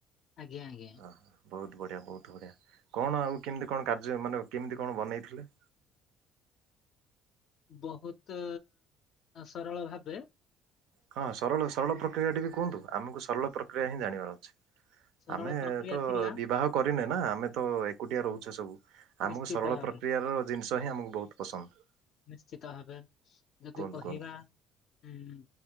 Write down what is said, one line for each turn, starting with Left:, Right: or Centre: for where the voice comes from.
Left: ଆଜ୍ଞା ଆଜ୍ଞା।
Right: ହଁ ବହୁତ ବଢ଼ିଆ ବହୁତ ବଢ଼ିଆ। କଣ ଆଉ କେମିତି କଣ କାର୍ଯ୍ୟ ମାନେ କେମିତି କଣ ବନେଇ ଥିଲେ?
Left: ବହୁତ ସରଳ ଭାବେ।
Right: ହଁ ସରଳ ସରଳ ପ୍ରକ୍ରିୟା ଟି ବି କୁହନ୍ତୁ, ଆମକୁ ସରଳ ପ୍ରକ୍ରିୟା ହିଁ ଜାଣିବାର ଅଛି।
Left: ସରଳ
Right: ଆମେ
Left: ପ୍ରକ୍ରିୟା
Right: ତ
Left: ଥିଲା
Right: ବିବାହ ନେ ନା ଆମେ ତ ଏକୁଟିଆ ରହୁଛେ ସବୁ। ଆମକୁ
Left: ନିଶ୍ଚିତ
Right: ସରଳ
Left: ଭାବେ
Right: ପ୍ରକ୍ରିୟା ର ଜିନିଷ ହିଁ ଆମକୁ ବହୁତ ପସନ୍ଦ।
Left: ନିଶ୍ଚିତ ଭାବେ। ଯଦି
Right: କୁହନ୍ତୁ
Left: କହିବା
Right: କୁହନ୍ତୁ।
Left: ଉଁ